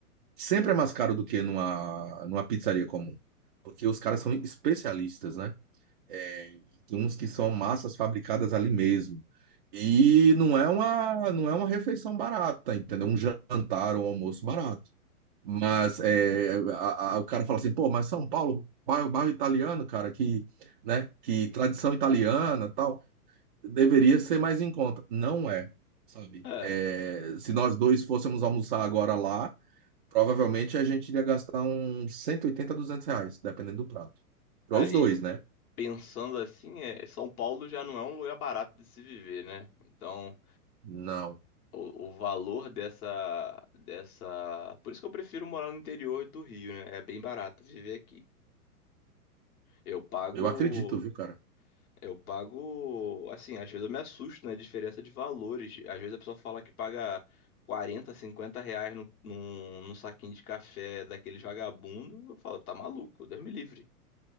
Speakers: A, on the right; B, on the left.
A: Sempre é mais caro do que numa, numa pizzaria comum, porque os caras são especialistas, né? É, tem uns que são massas fabricadas ali mesmo. E não é uma, não é uma refeição barata, entendeu? Um jantar ou um almoço barato. Mas é, a- a- o cara fala assim, pô, mas São Paulo, bairro, bairro italiano, cara, que, né, que tradição italiana, tal, deveria ser mais em conta. Não é, sabe?
B: É,
A: É, se nós dois fôssemos almoçar agora lá, provavelmente a gente iria gastar uns 180 200 reais, dependendo do prato. Para
B: aí
A: os dois, né?
B: pensando assim, é, São Paulo já não é um lugar barato de se viver, né? Então
A: Não.
B: O, o valor dessa, dessa. Por isso que eu prefiro morar no interior do Rio, né? É bem barato viver aqui. Eu pago.
A: Eu acredito, viu, cara?
B: Eu pago. Assim, às vezes eu me assusto na diferença de valores. Às vezes a pessoa fala que paga 40 50 reais num, num, num saquinho de café daqueles vagabundo. Eu falo, tá maluco, Deus me livre.